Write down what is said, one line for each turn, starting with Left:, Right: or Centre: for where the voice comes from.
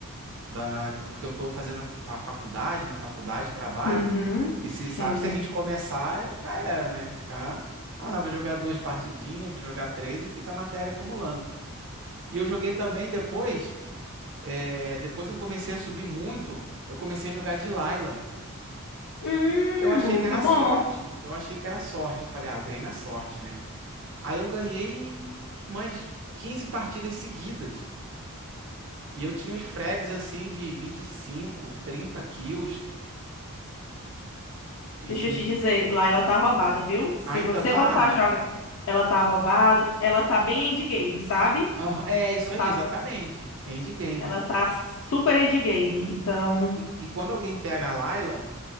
Right: da, porque eu tô fazendo a fa- faculdade, né? Faculdade, trabalho.
Left: Uhum,
Right: E se
Left: sim.
Right: sabe, se a gente começar, já era, né? Ficar, ah, vou jogar duas partidinhas, vou jogar três e fica a matéria acumulando. E eu joguei também depois, é, depois eu comecei a subir muito, eu comecei a jogar de Layla.
Left: Hum,
Right: Eu achei
Left: muito
Right: que era
Left: bom.
Right: sorte, eu achei que era sorte. Eu falei, ah, eu ganhei na sorte, né? Aí eu ganhei umas 15 partidas seguidas. E eu tinha uns frags assim de 25 30 kills. E
Left: Deixa eu te dizer, lá ela
Right: Sim.
Left: tá roubada, viu? Se
Right: ainda
Left: você
Right: tá?
Left: voltar a jogar, ela tá roubada, ela tá bem endgame, sabe?
Right: Ah, é isso
Left: Ela tá,
Right: aí, exatamente. Endgame.
Left: ela tá super endgame. Então,
Right: E, e quando alguém pega a Layla,